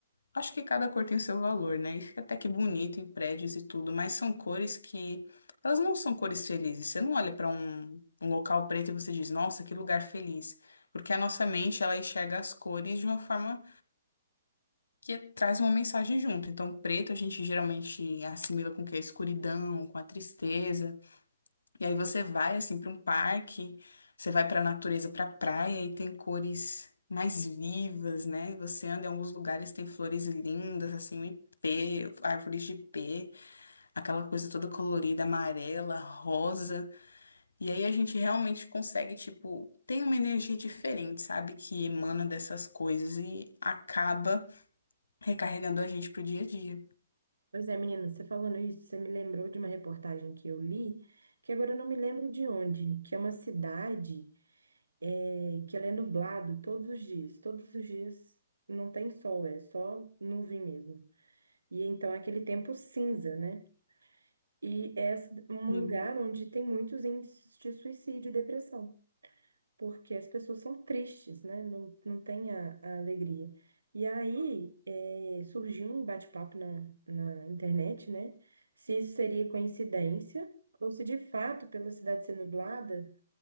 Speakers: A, on the left; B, on the right.
A: acho que cada cor tem o seu valor, né? E fica até que bonito em prédios e tudo, mas são cores que elas não são cores felizes. Você não olha para um, um local preto e você diz, nossa, que lugar feliz. Porque a nossa mente, ela enxerga as cores de uma forma que traz uma mensagem junto. Então, preto a gente geralmente assimila com o quê? A escuridão, com a tristeza. E aí você vai assim para um parque, você vai para a natureza, para a praia e tem cores mais vivas, né? E Você anda em alguns lugares, tem flores lindas, assim, o ipê, árvores de ipê, aquela coisa toda colorida, amarela, rosa. E aí a gente realmente consegue, tipo, tem uma energia diferente, sabe? Que emana dessas coisas e acaba recarregando a gente pro dia a dia.
B: Pois é, menina, você falando isso, você me lembrou de uma reportagem que eu li, que agora eu não me lembro de onde, que é uma cidade é, que ela é nublado todos os dias. Todos os dias não tem sol, é só nuvem mesmo. E então é aquele tempo cinza, né? E é um
A: Hum,
B: lugar onde tem muitos índices de suicídio e depressão, porque as pessoas são tristes, né? Não, não tem a, a alegria. E aí é, surgiu um bate-papo na, na internet, né? Se isso seria coincidência ou se de fato, pela cidade ser nublada,